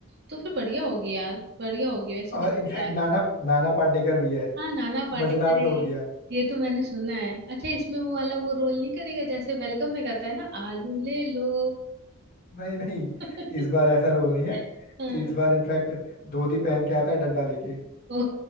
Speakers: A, on the right; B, on the left.
A: तो फिर बढ़िया होगी यार बढ़िया होगी वैसे देखने
B: और इनफैक्ट
A: लायक
B: नाना नाना पाटेकर भी है
A: हाँ नाना पाटेकर
B: मजेदार
A: है
B: तो हो
A: ये
B: गया
A: तो ये तो मैंने सुना है अच्छा इसमें वो वाला वो रोल नहीं करेगा जैसे वेलकम में करता है ना आलू ले लो
B: नहीं नहीं
A: <laughs>
B: इस बार ऐसा रोल नहीं है
A: हाँ,
B: इस बार इनफैक्ट धोती पहन के आता है डंडा लेके
A: ओ